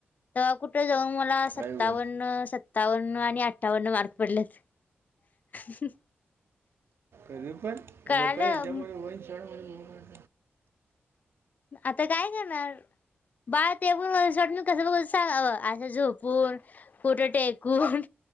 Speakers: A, on the left (about 40°); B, on the right (about 65°).
A: तवा कुठं जाऊन मला सत्तावन्न-
B: अयो.
A: सत्तावन्न आणि अठ्ठावन्न मार्क पडल्यात ह
B: आई शप्पत
A: कळालं
B: एका हेज्यामध्ये वनशॉट मध्ये <unintelligible>
A: आता काय करणार बाळ ते पण वन शाॅट मी कसं बगत होतो सांग असं झोपून कुठ टेकून